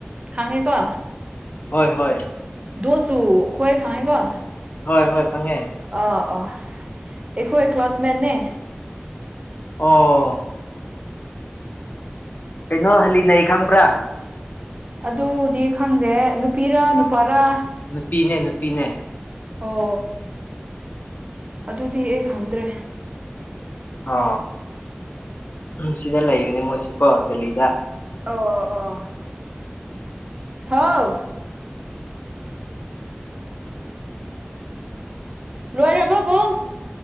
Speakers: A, on the right; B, on the left.
A: ꯈꯥꯡꯉꯤꯀꯣ
B: ꯍꯣꯏ ꯍꯣꯏ
A: ꯗꯣꯁꯨ ꯈ꯭ꯋꯥ ꯈꯥꯉꯦ ꯀ
B: ꯍꯣꯏ ꯍꯣꯏ ꯈꯪꯉꯦ
A: ꯑ ꯑ ꯑꯩꯈꯣꯏ ꯀ꯭ꯂꯥꯁꯃꯦꯠꯅꯦ
B: ꯑꯣ ꯀꯩꯅꯣ ꯍꯜꯂꯤꯅꯩ ꯈꯪꯕ꯭ꯔꯥ
A: ꯑꯗꯨꯗꯤ ꯈꯪꯗꯦ ꯅꯨꯄꯤꯔ ꯅꯨꯄꯥꯔꯥ
B: ꯅꯨꯄꯤꯅꯦ ꯅꯨꯄꯤꯅꯦ
A: ꯑꯣ ꯑꯗꯨꯗꯤ ꯑꯩ ꯈꯪꯗ꯭ꯔꯦ
B: ꯑ ꯁꯤꯗ ꯂꯩꯕꯅꯦ ꯃꯣꯏꯁꯨ ꯀꯣ ꯗꯦꯜꯂꯤꯗ
A: ꯑꯣ ꯑꯣ ꯍꯥꯎ ꯂꯣꯏꯔꯕꯕꯣ